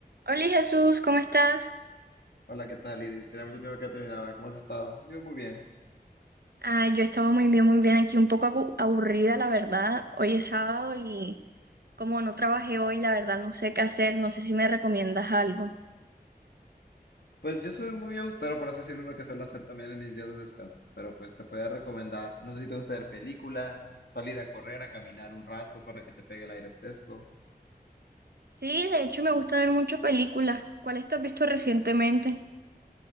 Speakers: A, on the right; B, on the left.
A: Hola Jesús, ¿cómo estás?
B: Hola, ¿qué tal, Lidis? Tenía mucho tiempo que no te miraba. ¿Cómo has estado? Yo muy bien.
A: Ah, yo estaba muy bien, muy bien aquí, un poco abu- aburrida, la verdad. Hoy es sábado y como no trabajé hoy, la verdad no sé qué hacer, no sé si me recomiendas algo.
B: Pues yo soy muy austero, por así decirlo, en lo que suelo hacer también en mis días de descanso. Pero pues te podría recomendar, no sé si te gusta ver películas, salir a correr, a caminar un rato para que te pegue el aire fresco.
A: Sí, de hecho me gusta ver muchas películas. ¿Cuáles te has visto recientemente?